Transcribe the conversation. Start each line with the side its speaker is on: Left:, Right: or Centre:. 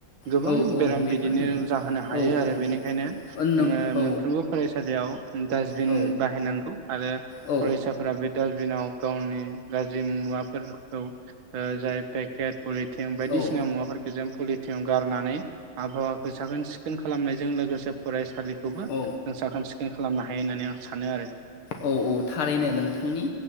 Right: गोबां
Left: औ औ
Right: बेराम
Left: बेफोरनो
Right: बिदिनो जाहोनो हायो
Left: औ
Right: आरो
Left: औ
Right: बेनिखायनो
Left: ओ
Right: जोङो
Left: नों औ
Right: मोनफ्रोमबो सालियाव डासबिन
Left: औ
Right: बाहायनांगौ आरो
Left: औ
Right: फरायसाफोरा बे डास बिनाव गावनि गाज्रि मुवाफोरखौ ओ जाय पेकेट पलिटिन बायदिसिना
Left: औ
Right: मुवाफोरखौ जों पलि थिं गारनानै। आबहावाखौ साखोन सिखोन खालामनाय। जों लोगोसे फरायसालि। खौबो।
Left: औ
Right: सिखोन खालामनो हायो होननानै आं सानो आरो।
Left: औ औ थारैनो नोंथांनि